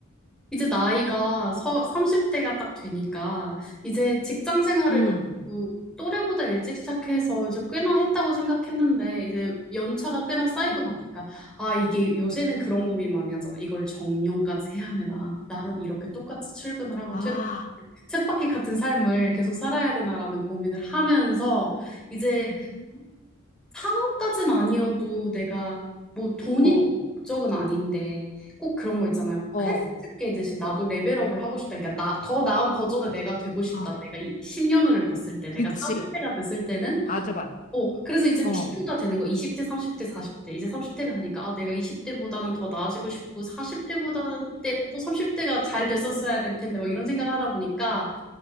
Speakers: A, in the centre; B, on the left.
A: 이제 나이가 서, 30대가 딱 되니까 이제 직장 생활을
B: 응.
A: 그래도 또래보다 일찍 시작해서 이제 꽤나 했다고 생각했는데 이제 연차가 꽤나 쌓이고
B: 응.
A: 나니까 아 이게 요새는 그런 고민 많이 하잖아. 이걸 정년까지 해야 되나?
B: 응.
A: 나는 이렇게 똑같이 출근을 하고
B: 아.
A: 퇴- 쳇바퀴 같은 삶을 계속 살아야 되나라는 고민을 하면서 이제
B: 음.
A: 상업까진 아니어도 내가 뭐 돈이
B: 어.
A: 꼭 목적은 아닌데 꼭 그런 거 있잖아요.
B: 어.
A: 퀘스트 깨듯이 나도 레벨업을 하고 싶다. 그러니까 나, 더 나은 버전의 내가 되고 싶다.
B: 아,
A: 내가 이 10년을 봤을 때, 내가
B: 그치.
A: 40대가 됐을 때는
B: 맞아, 맞아.
A: 어, 그래서 이제
B: 어.
A: 비교가 되는 거. 20대, 30대, 40대. 이제 30대가 되니까 아, 내가 20대보다는 더 나아지고 싶고 40대보다는 때는 또 30대가 잘 됐었어야 될 텐데 막 이런 생각하다 보니까